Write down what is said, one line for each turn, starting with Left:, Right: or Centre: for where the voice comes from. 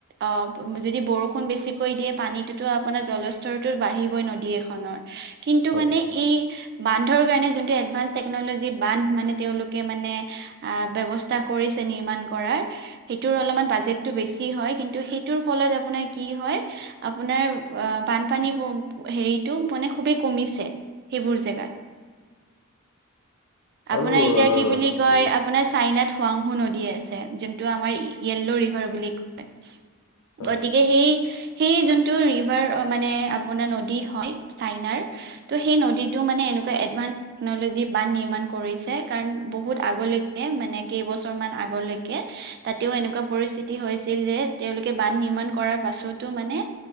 Right: অঁ' যদি বৰষুণ বেছিকৈ দিয়ে পানীটোতো আপোনাৰ জলস্তৰতো বাঢ়িবই নদী এখনৰ। কিন্তু,
Left: হয়
Right: মানে এই- বান্ধৰ কাৰণে যোনটো এডভান্স টেকনলজি বান্ধ মানে তেওঁলোকে মানে- আ ব্যৱস্থা কৰিছে নিৰ্মাণ কৰাৰ- সেইটোৰ অলপমান বাজেটটো বেছি হয় কিন্তু, সেইটোৰ ফলত আপোনাৰ কি হয়? আপোনাৰ অঁ বানপানী হেৰিটো মানে খুবেই কমিছে। সেইবোৰ জেগাত। আপোনাৰ
Left: আৰু
Right: এতিয়া
Left: আহ
Right: কি বুলি কয়
Left: উম
Right: আপোনাৰ চাইনাত- হুৱাংহু নদী আছে যোনটো আমাৰ য়েল্লো' ৰিভাৰ বুলি কয়।
Left: হয়
Right: গতিকে, - সেই সেই যোনটো ৰিভাৰ মানে আপোনাৰ নদী হয় চাইনাৰ টো- সেই নদীটো মানে এনেকুৱা এডভাঞ্চ- টেকনলজি বান নিৰ্মাণ কৰিছে কাৰণ বহুত আগলৈকে মানে কেইবছৰ মান আগলৈকে- কে তাতেও এনেকুৱা পৰিস্থিতি হৈছিল যে তেওঁলোকে বান নিৰ্মাণ কৰাৰ পাছতো মানে-